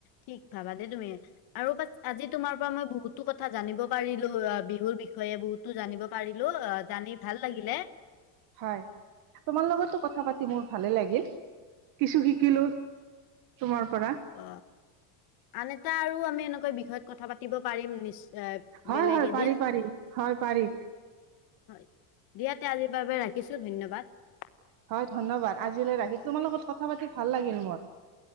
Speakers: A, on the left; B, on the right.
A: ঠিক ভাবা দেই তুমি আৰু বচ আজি তোমাৰ পৰা মই বহুতো কথা জানিব পাৰি। পেলো বিহুৰ বিষয়ে বহুতো জানিব পাৰিলো অ জানি ভাল লাগিলে।
B: হয়, তোমাৰ লগতো কথা পাতি মোৰ ভালে লাগিল, কিছু শিকিলোঁ। তোমাৰ পৰা
A: অ আন এটা আৰু আমি এনেকুৱা বিষয়ত কথা পাতিব পাৰিম নিশ্চ এ
B: হয়
A: বেলেগ
B: হয়
A: এদিন,
B: পাৰি পাৰি হয় পাৰি
A: হয়। দিয়া তে আজিৰ বাবে ৰাখিছোঁ ধন্যবাদ।
B: হয়, ধন্যবাদ। আজিলৈ ৰাখিছো, তোমাৰ লগত কথা পাতি ভাল লাগিল মোৰ।